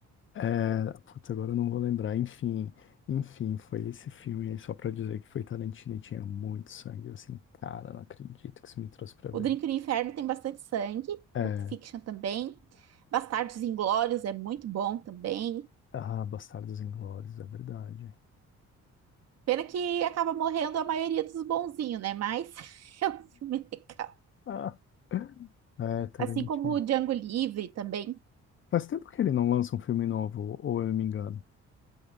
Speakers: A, on the left; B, on the right.
A: É, putz, agora eu não vou lembrar. Enfim, enfim, foi esse filme aí só pra dizer que foi Tarantino e tinha muito sangue. Eu assim, cara, não acredito que isso me trouxe pra ver.
B: O Drink no Inferno tem bastante sangue.
A: É,
B: O Fiction também. Bastardos Inglórios é muito bom também.
A: ah, Bastardos Inglórios, é verdade.
B: Pena que acaba morrendo a maioria dos bonzinhos, né? Mas <laughs> é um filme legal.
A: Ah, é, Tarantino.
B: Assim como o Django Livre também.
A: Faz tempo que ele não lança um filme novo, ou eu me engano.